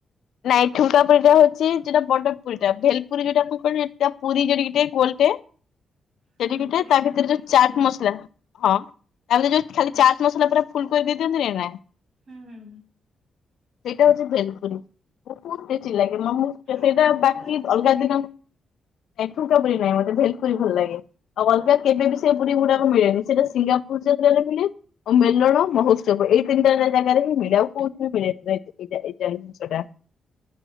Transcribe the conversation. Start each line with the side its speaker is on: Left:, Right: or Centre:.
Left: ନାଇଁ ଠୁଙ୍କା ପୁରୀ ଟା ହଉଛି ଯୋଟା ବଟ ପୁରୀ ଟା ଭେଲ ପୁରୀ ଯୋଉଟା କଣ କହ ପୁରୀ ଯୋ ଟେ ଗୋଲଟେ ସେଟି
Right: ହୁଁ
Left: ଗଟେ
Right: ପୁରୀ
Left: ତା
Right: ଠାରୁ
Left: ଭିତରେ
Right: ଟିକେ
Left: ଯୋଉ ଚାଟ ମସଲା ହଁ। ଆମେ ଯୋଉ ଖାଲି
Right: ହୁଁ
Left: ଚାଟ ମସଲା ପୁରା ଫୁଲ କରି ଦେଇ ଦିଅନ୍ତିନି ନା
Right: ହୁଁ ହୁଁ
Left: ସେଇଟା ହଉଛି ଭେଲପୁରୀ। ଚି ଲାଗେଁ ସେଇଟା
Right: ଆଉ ଠୁଙ୍କା
Left: ବାକି
Right: ପୁରୀ ତମକୁ
Left: ଅଲଗା
Right: ଭଲ ଲାଗେ?
Left: ଦିନ ଠୁଙ୍କା ପୁରି ନାଇଁ ମତେ ଭେଲପୁରୀ ଭଲ ଲାଗେ ଆଉ ଅଲଗା କେବେ ବି ସେ ପୁରି ଗୁଡ଼ା ମିଳେନି ସେଟା ସିଙ୍ଗା କ ଯାତ୍ରାରେ ମିଳେ ଆଉ ମେଲଣ ମହୋତ୍ସବ ଏଇ ତିନିଟା ଜାଗାରେ ହି ମିଳେ ଆଉ କୋଉଠି ବି ମିଳେ ଏଇଯାଏ ଦିନସଟା